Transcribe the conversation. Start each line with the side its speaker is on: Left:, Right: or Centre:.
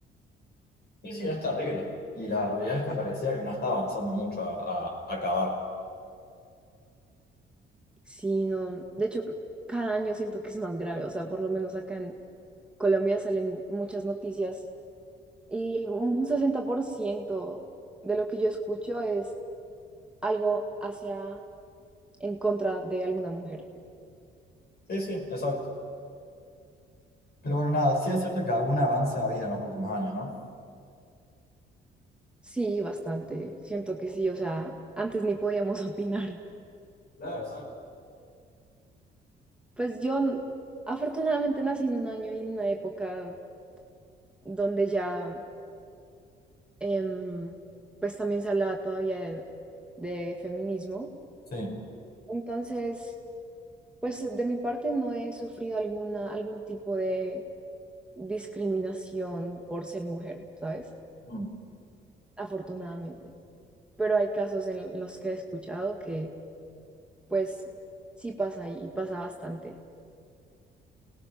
Left: Y sí, es terrible. Y la realidad es que parecía que no está avanzando mucho a, a acabar.
Centre: Sí, no, de hecho, cr- cada año siento que es más grave, o sea, por lo menos acá en Colombia salen muchas noticias Y un 60% de lo que yo escucho es algo hacia, en contra de alguna mujer.
Left: Sí, sí, exacto. Pero bueno, nada, sí es cierto que algún avance ha habido en los últimos años, ¿no?
Centre: Sí, bastante. Siento que sí, o sea, antes ni podíamos <laughs> opinar.
Left: Claro, exacto.
Centre: Pues yo n- afortunadamente nací en un año y en una época donde ya, em, pues también se hablaba todavía de, de feminismo.
Left: Sí.
Centre: Entonces, pues eh, de mi parte no he sufrido alguna, algún tipo de discriminación por ser mujer, ¿sabes?
Left: Mm.
Centre: afortunadamente. Pero hay casos en los que he escuchado que, pues, sí pasa y pasa bastante.